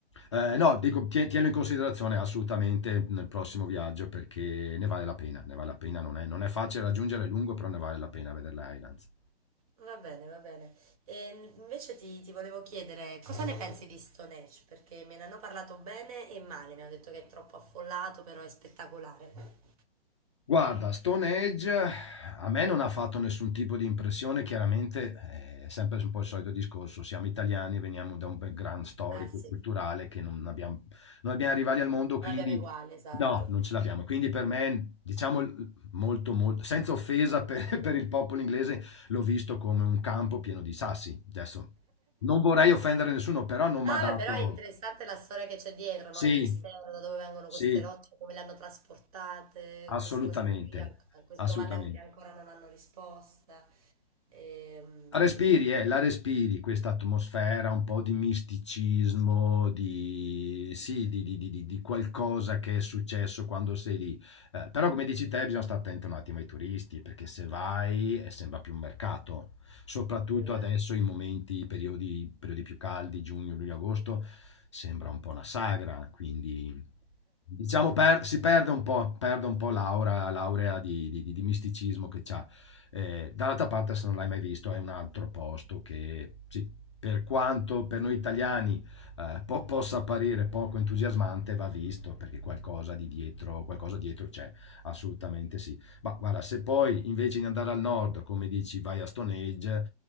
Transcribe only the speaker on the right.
Va bene, va bene. E invece ti, ti volevo chiedere cosa ne pensi di Stonehenge? Perché me ne hanno parlato bene e male, mi hanno detto che è troppo affollato, però è spettacolare.
Eh sì.
Non
abbiamo uguale, esatto.
No,
vabbè,
però è interessante la storia che c'è dietro,
no? Il mistero, da dove vengono
queste rocce, come le hanno trasportate,
queste cose qui, an- queste
domande anche ancora non hanno risposta. Ehm,
esatto.